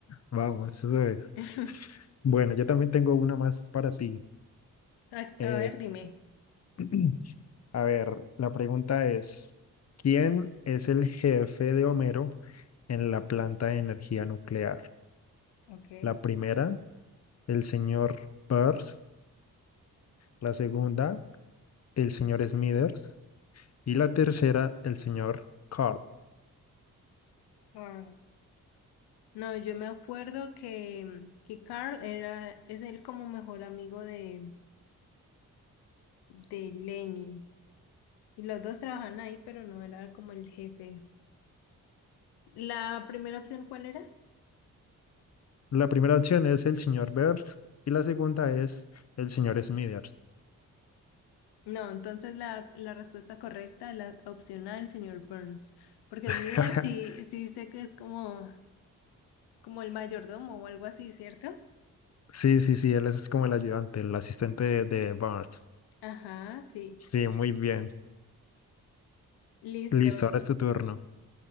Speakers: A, on the left; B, on the left.
A: Vamos, eso es.
B: <laughs>
A: Bueno, yo también tengo una más para ti.
B: A,
A: Eh,
B: a ver, dime.
A: <clears throat> a ver, la pregunta es, ¿quién es el jefe de Homero en la planta de energía nuclear?
B: Okay.
A: La primera, el señor Peirce, la segunda, el señor Smithers y la tercera, el señor Carl.
B: Ah. No, yo me acuerdo que, que Carl era, es él como mejor amigo de, de Lenny. Y los dos trabajan ahí, pero no era como el jefe. ¿La primera opción cuál era?
A: La primera opción es el señor Peirce y la segunda es el señor Smithers.
B: No, entonces la, la respuesta correcta, la opcional, señor Burns. Porque
A: <laughs>
B: Smithers sí, sí dice que es como, como el mayordomo o algo así, ¿cierto?
A: Sí, sí, sí, él es como el ayudante, el asistente de, de Bart.
B: Ajá, sí.
A: Sí, muy bien.
B: Listo.
A: Listo, ahora es tu turno.